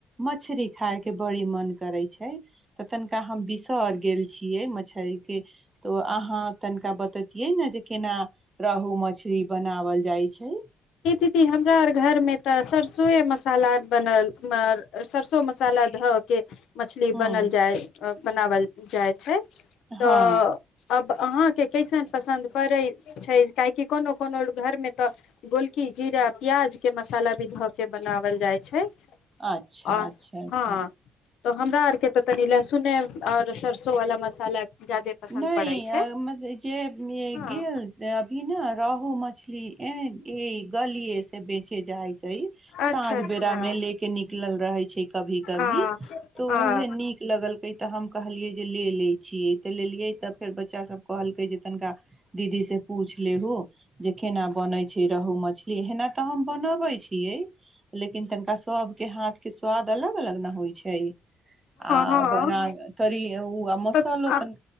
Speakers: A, on the right; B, on the left.
A: मछरी खाय के बड़ी मन करै छै तऽ तनिका हम बिसरि गेल छियै मछरी के तऽ उ अहाँ तनिका बतैतियै न जे केना रहू मछरी बनावल जाइ छै
B: ई दीदी हमरा आर घरमे तऽ सरसोए मसाला बनल सरसो मसाला धऽ के मछली
A: हूँ
B: बनल जाय अ बनावल जाइत छै तऽ
A: हँ
B: अब अहाँके कैसन पसन्द पड़ै छै काहेकि कोनो कोनो लोक घर मे तऽ गोलकी जीरा प्याज के मसाला भी धऽ के बनावल जाय छै
A: अच्छा
B: आ
A: अच्छा अच्छा
B: हँ तऽ ओ हमरा आरके तऽ तनी लहसुने आओर सरसो वाला मसाला ज्यादे पसन्द
A: नहि
B: पड़ै छै
A: जे
B: हँ
A: गेल त इ न रोहु मछली ए ई गलिये से बेचे जाय छै
B: अच्छा
A: साँझ
B: अच्छा
A: बेरा में ले के निकलल रहे छै कभी कभी
B: हँ
A: तो
B: हँ
A: ऊहे निक लगलक तऽ हम कहलिये जे ले ले छिये लेलियै तब फेर बच्चा सब कहल जे तनका दीदी से पूछ लेबु जे केना बनै छै रह मछली एना तऽ हम बनाबै छियै लेकिन लिन तनका स सब के हाथ के स्वाद अलग अलग ने होइ छै आ
B: हँ
A: बना त मसालो
B: तऽ
A: तन